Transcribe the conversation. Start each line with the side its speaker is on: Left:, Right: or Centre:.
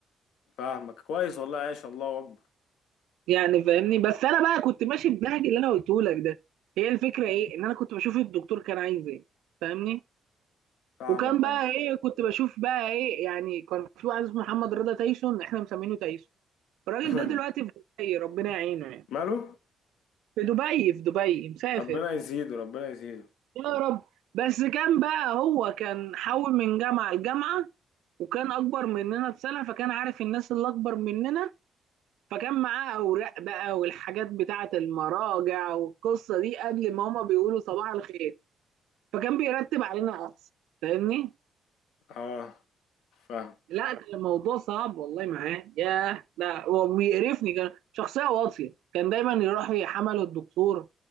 Left: فاهمك كويس والله عايش الله اكبر
Right: يعني فاهمني بس انا بقى كنت ماشي بالنهج اللي انا قلته لك ده هي الفكره ايه ان انا كنت بشوف الدكتور كان عايز ايه فاهمني
Left: فاهمك
Right: وكان
Left: اه
Right: بقى ايه كنت بشوف بقى ايه يعني كان في واحد اسمه محمد رضا تايسون احنا مسمينه تايسون الراجل
Left: <laughs>
Right: ده دلوقتي في دبي ربنا يعينه يعني
Left: ماله
Right: في دبي في دبي مسافر
Left: ربنا يزيده ربنا يزيده
Right: يا رب بس كان بقى هو كان حول من جامعة لجامعة وكان اكبر مننا بسنة فكان عارف الناس اللي اكبر مننا فكان معاه اوراق بقى والحاجات بتاعة المراجع والقصة دي قبل ما هما بيقولوا صباح الخير فكان بيرتب علينا احسن فاهمني
Left: اه فاهم
Right: لا كان الموضوع صعب والله معاه ياه ده هو بيقرفني كان شخصية واطية كان دايما يروح يحمله الدكتور